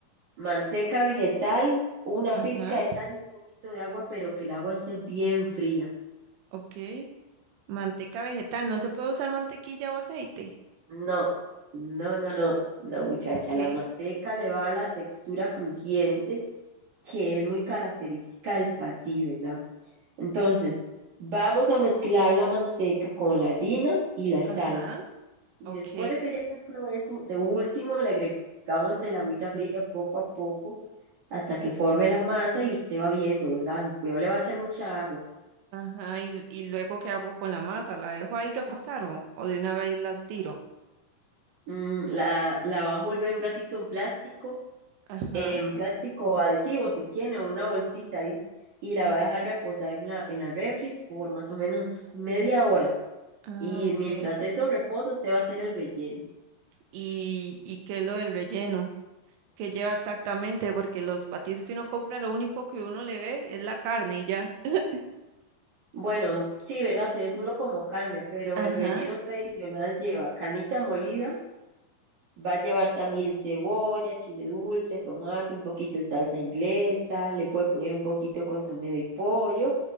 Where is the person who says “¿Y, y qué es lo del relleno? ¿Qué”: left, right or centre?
Right